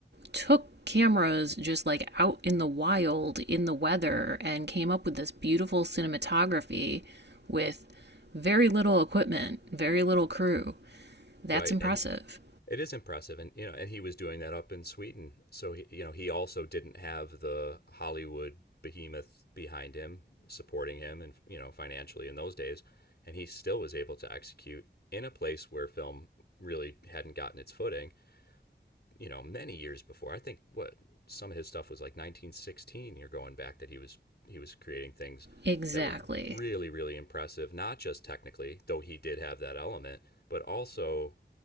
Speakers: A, on the right (about 65°); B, on the left (about 60°).
A: took cameras just like out in the wild in the weather and came up with this beautiful cinematography with very little equipment, very little crew. That's
B: right?
A: impressive.
B: And he, it is impressive, and you know, and he was doing that up in Sweden, so he, you know, he also didn't have the Hollywood behemoth behind him supporting him, and you know, financially in those days, and he still was able to execute in a place where film really hadn't gotten its footing you know, many years before. I think what some of his stuff was like 1916. You're going back that he was he was creating things
A: Exactly.
B: that were really really impressive, not just technically, though he did have that element, but also